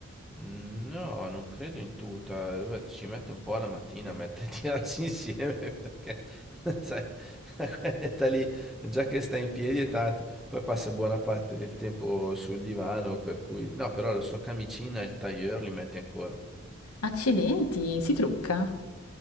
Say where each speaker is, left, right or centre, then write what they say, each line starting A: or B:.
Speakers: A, in the centre; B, on the left (about 85°).
A: No, non credo in tuta. Beh, Ci mette un po' alla mattina a metterti a tirarsi insieme <laughs> perché, sai, quell'età lì, già che stai in piedi è tanto. Poi passa buona parte del tempo sul divano, per cui... No, però la sua camicina e il tailleur li metti ancora.
B: Accidenti, si trucca,